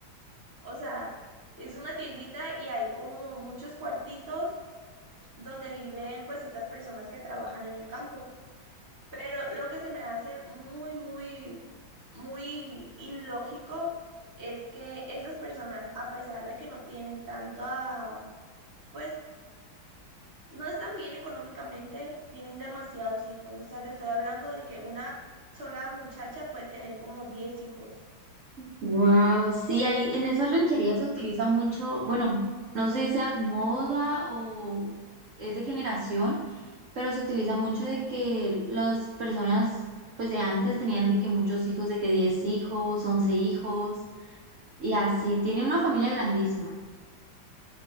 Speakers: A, on the right; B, on the right.
A: O sea, es una tiendita y hay como muchos cuartitos donde viven pues estas personas que trabajan en el campo. Pero lo que se me hace muy, muy, muy ilógico es que estas personas, a pesar de que no tienen tanta, pues no están bien económicamente, tienen demasiados hijos. O sea, te estoy hablando de que una sola muchacha puede tener como 10 hijos.
B: wow, sí, ahí en esas rancherías se utiliza mucho, bueno, no sé si sea moda o es de generación, pero se utiliza mucho de que las personas, pues de antes tenían de que muchos hijos, de que 10 hijos, 11 hijos, y así, tiene una familia grandísima.